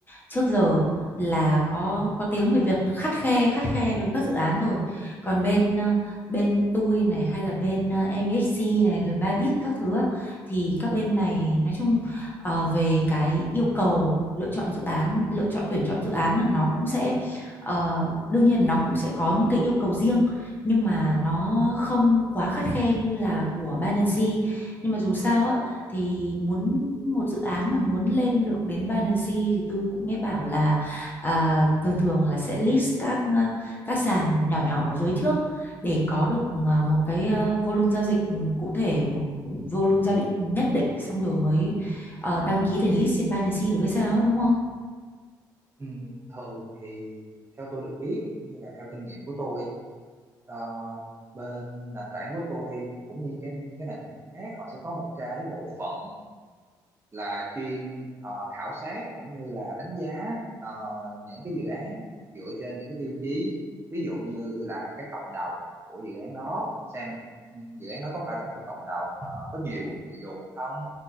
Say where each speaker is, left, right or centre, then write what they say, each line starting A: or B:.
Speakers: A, on the left; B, on the right.
A: trước giờ là có có tiếng về việc khắt khe khắt khe đối với các dự án rồi. Còn bên ờ, bên tôi này hay là bên ờ, MEXC này rồi Bybit các thứ á, thì các bên này nói chung ờ, về cái yêu cầu lựa chọn dự án, lựa chọn tuyển chọn dự án là nó cũng sẽ ờ, đương nhiên nó cũng sẽ có những cái yêu cầu riêng nhưng mà nó không quá khắt khe như là của Binance nhưng mà dù sao á thì muốn một dự án mà muốn lên được đến Binance thì tôi cũng nghe bảo là à, thường thường là sẽ list các à, các sàn nhỏ nhỏ ở dưới trước để có được à, một cái à, volume giao dịch cụ thể một volume giao dịch nhất định xong rồi mới ờ, đăng ký để list trên Binance được hay sao ấy, đúng không?
B: ừm, thường thì theo tôi được biết cũng như là theo kinh nghiệm của tôi ờ, bên nền tảng của tôi cũng như cái, những cái nền tảng khác họ sẽ có một cái bộ phận là chuyên ờ, khảo sát cũng như là đánh giá ờ, những cái dự án dựa trên những cái tiêu chí ví dụ như là cái cộng đồng của dự án đó xem ừ, dự án đó có phải là một cái cộng đồng ờ, có nhiều người dùng hay không